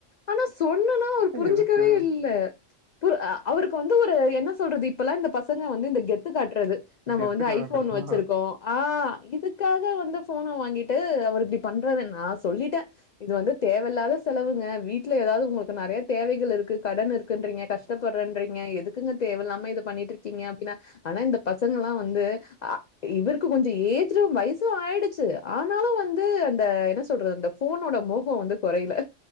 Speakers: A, on the left (about 70°); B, on the right (about 65°).
A: ஆனா சொன்னனா அவ்ரு புரிஞ்சுக்கவே
B: எதுக்கு
A: இல்ல பு அ அவருக்கு வந்து ஒரு என்ன சொல்றது இப்பல்லா இந்த பசங்க வந்து இந்த கெத்து காட்றது நம்ம
B: கெத்து
A: வந்து
B: காமிக்கிறா
A: ஐபோன் வச்சிருக்கோ ஆ இதுக்காக வந்து ஃபோன வாங்கிட்டு அவர் இப்டி பண் றதுன்ன சொல்லிட்டா இது வந்து தேவல்லாத செலவுங்க வீட்ல ஏதாது உங்களுக்கு நெறைய தேவைகள் இருக்கு கடன் இருக் கன்றீங்குன்ரிங்கா கஷ் த்தப்பட்றேன்றீங்க எதுக்குங்க தேவயில்லாம இத பண்ணிட்டுருக்கீங்க அப்டினா ஆனா இந்த பசங்கல்லா வந்து ஆ இவருக்கு கொஞ்ச ஏஜ்டு வயசு ஆயிடுச்சு ஆனாலு வந்து அந்த என்ன சொல்றது அந்த ஃபோனோட மோக வந்து குறையல